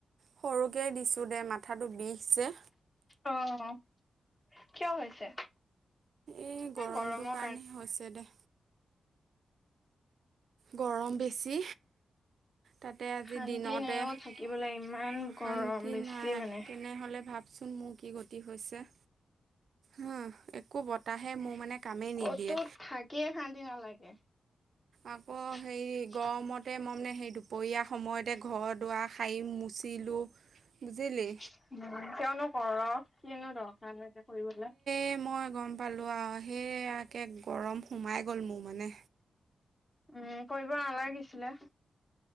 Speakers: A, on the right; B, on the left.
A: সৰুকে দিছোঁ দে মাথাটো বিষ যে
B: অ', কিয় হৈছে?
A: এই
B: এ
A: গৰমটোৰ
B: গৰমৰ
A: কাৰণে হৈছে দে। গৰম বেছি তাতে আজি
B: শান্তি
A: দিনতে
B: নাই অ',
A: শান্তি
B: থাকিবলৈ ইমান গৰম বেছি
A: নাই
B: মানে।
A: তেনেহলে ভাব চোন মোৰ কি গতি হৈছে হা একো বতাহে মোৰ মানে কামেই
B: ক'তো
A: নিদিয়ে
B: থাকিয়ে শান্তি নালাগে।
A: আপ।
B: <inaudible>
A: গৰমতে মই মানে সেই দুপৰীয়া সময়তে ঘৰ দুৱাৰ শাৰী মুচিলোঁ বুজিলি?
B: উম, কিয়নো কৰ কিনো দৰকাৰণো এতিয়া কৰিবলে।
A: এ মই গম পালো আ সেই আকে গৰম সোমাই গ'ল মো মানে
B: উম, কৰিব নালাগিছিলে